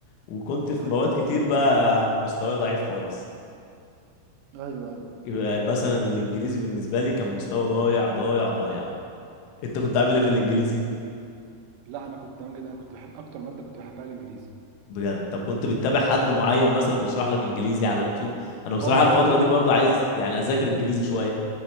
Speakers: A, on the left; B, on the right.
A: وكنت في
B: ايوه
A: مواد كتير بقى مستواي ضعيف خالص
B: ايوه ايوه
A: يبقى مثلا الانجليزي بالنسبه لي كان مستوى ضايع ضايع ضايع انت كنت
B: مم.
A: عامل ايه في الانجليزي
B: طب لا انا كنت تمام جدا انا كنت بحب اكتر ماده كنت بحبها الانجليزي
A: بجد طب كنت بتتابع حد
B: بجد
A: معين مثلا بيشرح لك انجليزي على اليوتيوب انا بصراحه
B: اه
A: الفتره
B: لا لا
A: دي برضه عايز يعني اذاكر انجليزي شويه